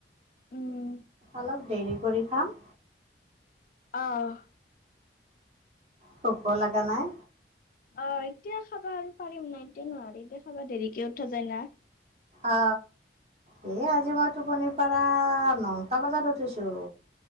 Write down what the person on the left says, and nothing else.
উম,
আহ'।
অ' এতিয়া খাবা আৰু পাৰিম নাই এতিয়া নোৱাৰ এতিয়া খাবা দেৰিকে উঠা যায় না।